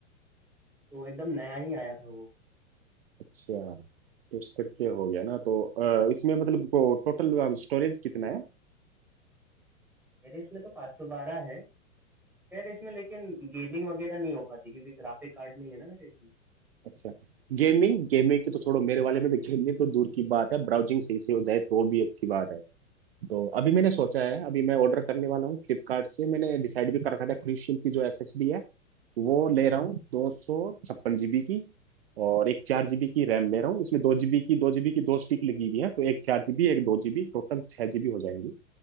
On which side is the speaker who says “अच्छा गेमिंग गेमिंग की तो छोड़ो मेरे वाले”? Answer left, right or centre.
Right